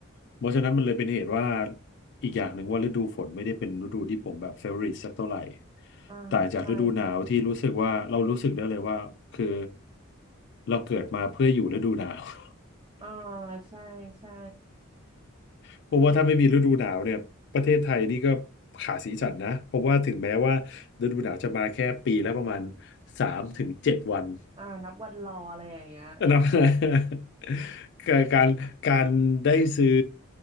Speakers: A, on the left (about 55°); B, on the right (about 25°).
A: เพราะฉะนั้นมันเลยเป็นเหตุว่าอีกอย่างหนึ่งว่าฤดูฝนไม่ได้เป็นฤดูที่ผมแบบเฟ v o r ริ e สักเท่าไหร่
B: อ่าใช่
A: ต่างจากฤดูหนาวที่รู้สึกว่าเรารู้สึกได้เลยว่าคือเราเกิดมาเพื่ออยู่ฤดูหนาว <laughs>
B: อ่าใช่ใช่
A: เพราะว่าถ้าไม่มีฤดูหนาวเนี่ยประเทศไทยนี่ก็ขาดสีสันนะเพราะว่าถึงแม้ว่าฤดูหนาวจะมาแค่ปีละประมาณสามถึงเจ็ดวัน
B: อ่านับวันรออะไรอย่างเงี้ย
A: อันนั้น <laughs> การการการได้ซื้อ